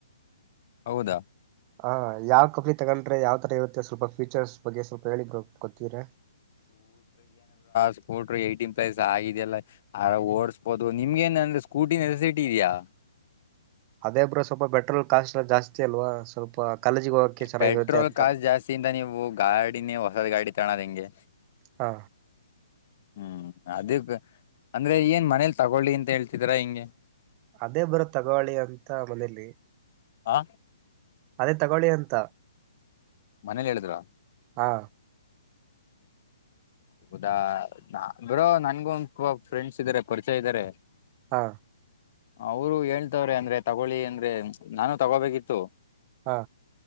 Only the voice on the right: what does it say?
ಹ ಯಾವ ಕಫರಿ ತಗಲ್ ಯಾವ ತರ ಇರುತ್ತೆ ಸ್ವಲ್ ಫೀಚರ್ಸ್ಗ್ ಸ್ವಲ್ಪ ಹೇಳಿದ್ರ ಗೊತ್ತೀರ
ಅದೇಬ್ ಸ್ವಲ್ಪ ಬೆಟ್ರೋಲ್ ಕಾಸ್ಟ್ ಎಲ್ಲ ಜಾಸ್ತಿ ಅಲ್ವಾ ಸ್ವಲ್ಪ ಕಾಲೇಜಿಗೆ ಹೋಗಕ್ಕೆ ಚೆನ್ನಾಗಿರುತ್ತೆ
ಅಂತ
ಹಾ
ಅದೇ ಬರ ತಗೋಳಿ ಅಂತ ಮನೇಲಿ
ಅದೇ ತಗೊಳ್ಳಿ ಅಂತ
ಹಾ
ಹಾ
ಹಾ